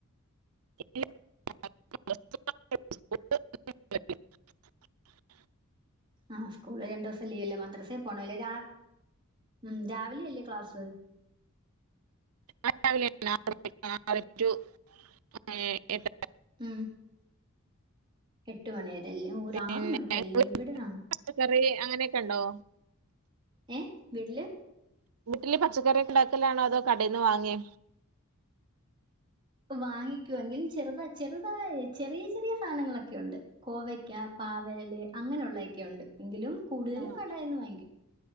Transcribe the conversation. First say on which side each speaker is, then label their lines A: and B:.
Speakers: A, on the right; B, on the right.
A: <unintelligible>
B: ആഹ് സ്കൂള് രണ്ടു ദിവസം ലീവല്ലേ മദ്രസേ പോണല്ലേ രാ ഉം രാവിലെയല്ലേ ക്ലാസ്
A: <unintelligible> <unintelligible>
B: ഉം എട്ട് മണിവരെയല്ലേ ഒര്
A: പിന്നെ
B: ആറു മണിക്കല്ലേ എവിടാ
A: പച്ചക്കറി അങ്ങനയൊക്കെ ഉണ്ടോ
B: ഏഹ് വീട്ടില്
A: വീട്ടില് പച്ചക്കറിയൊക്കെ ഉണ്ടാക്കലാണോ അതോ കടേന്ന് വാങ്ങേ
B: വാങ്ങിക്കുവെങ്കിലും ചെറുത ചെറുതായി ചെറിയ ചെറിയ സാധനങ്ങളൊക്കെയുണ്ട് കോവയ്ക്ക പാവല് അങ്ങനെയുള്ളയൊക്കെയുണ്ട് എങ്കിലും കൂടുതലും
A: ആഹ്
B: കടേന്ന് വാങ്ങിക്കും